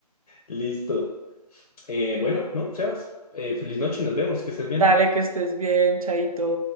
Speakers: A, on the left; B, on the right.
A: Listo. Eh, bueno, no, Sebas, eh, feliz noche, nos vemos, que estés bien.
B: Dale, que estés bien, chaito.